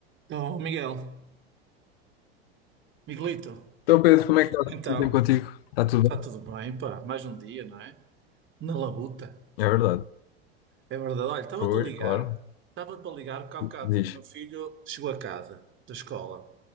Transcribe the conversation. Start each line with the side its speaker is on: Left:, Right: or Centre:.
Right: Então, Miguel, Miguelito,
Left: Então, Pedro, como é que está
Right: então,
Left: tudo bem contigo? Está tudo
Right: está
Left: bem?
Right: tudo bem, pá, mais um dia, não é? Na labuta,
Left: É verdade.
Right: é verdade. Olha, estava-te
Left: Pois,
Right: a ligar,
Left: claro.
Right: estava para ligar, porque há bocado
Left: Diz.
Right: o meu filho chegou a casa da escola,